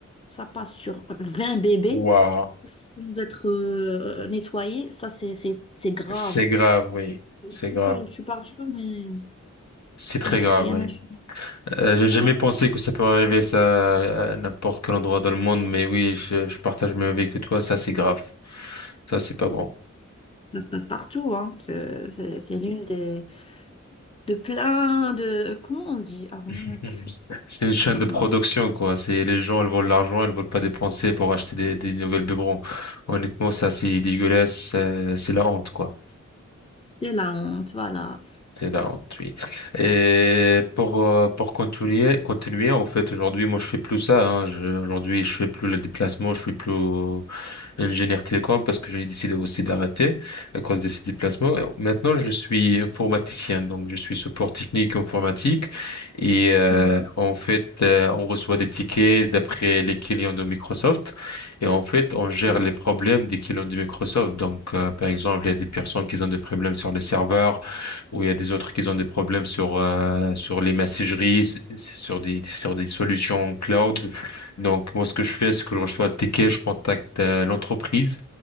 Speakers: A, on the left; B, on the left.
A: ça passe sur vingt bébés
B: Waouh.
A: sans être euh, nettoyé, ça, c'est c'est- c'est grave.
B: C'est grave, oui. C'est
A: Tu
B: grave.
A: parles, tu parles, tu parles, mais,
B: C'est très
A: mais
B: grave,
A: rien
B: oui.
A: n'a changé.
B: Euh, j'ai
A: Voilà.
B: jamais pensé que ça peut arriver ça à n'importe quel endroit dans le monde, mais oui, je, je partage le même avis que toi. Ça, c'est grave. Ça, c'est pas bon.
A: Ça se passe partout, hein. C'est c'est- c'est l'une des de plein de comment on dit arnaque.
B: <laughs> C'est une chaîne
A: Voilà.
B: de production, quoi. C'est les gens, ils veulent l'argent, ils veulent pas dépenser pour acheter des, des nouvelles biberons. Honnêtement, ça, c'est dégueulasse. euh, C'est la honte, quoi.
A: C'est la honte, voilà.
B: C'est la oui. Et pour, euh, pour continuer, continuer, en fait, aujourd'hui, moi, je fais plus ça, hein. Je- aujourd'hui, je fais plus le déplacement, je fais plus, ingénieur télécom parce que j'ai décidé aussi d'arrêter à cause de ces déplacements. Et Maintenant, je suis informaticien, donc je suis support technique informatique et euh,
A: Mhm.
B: en fait, euh, on reçoit des tickets d'après les clients de Microsoft et en fait, on gère
A: Oui,
B: les problèmes des clients de Microsoft. Donc, euh, par exemple, il y a des personnes qui ont des problèmes sur les serveurs ou il y a des autres qui ont des problèmes sur euh, sur les messageries, sur des sur des solutions cloud. Donc, moi, ce que je fais, c'est que je reçois le ticket, je contacte euh, l'entreprise